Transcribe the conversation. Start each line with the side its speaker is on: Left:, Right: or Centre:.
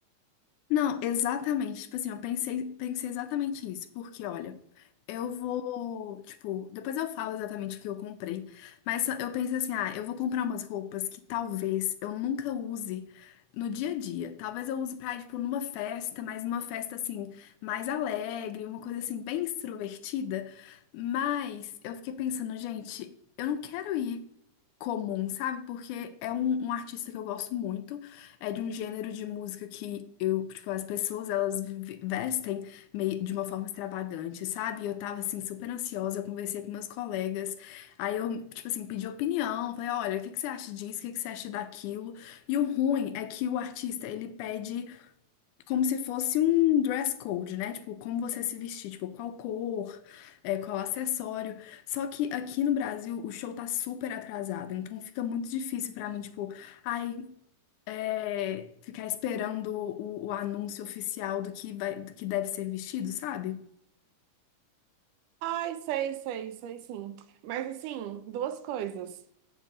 Left: Não, exatamente. Tipo assim, eu pensei, pensei exatamente isso, porque olha, eu vou, tipo, depois eu falo exatamente o que eu comprei, mas eu pensei assim, ah, eu vou comprar umas roupas que talvez eu nunca use no dia a dia. Talvez eu use pra ir, tipo, numa festa, mas numa festa assim, mais alegre, uma coisa assim, bem extrovertida. Mas eu fiquei pensando, gente, eu não quero ir comum, sabe? Porque é um um artista que eu gosto muito. É de um gênero de música que eu, tipo, as pessoas elas vi- vestem meio, de uma forma extravagante, sabe? E Eu tava assim super ansiosa, eu conversei com meus colegas, aí eu, tipo assim, pedi opinião, falei, olha, o que que você acha disso? O que que você acha daquilo? E o ruim é que o artista, ele pede como se fosse um dress code, né? Tipo, como você se vestir, tipo, qual cor, é, qual acessório. Só que aqui no Brasil o show tá super atrasado, então fica muito difícil pra mim, tipo, Ai, é, ficar esperando o, o anúncio oficial do que vai, do que deve ser vestido, sabe?
Right: Ai, sei, sei, sei, sim. Mas assim, duas coisas.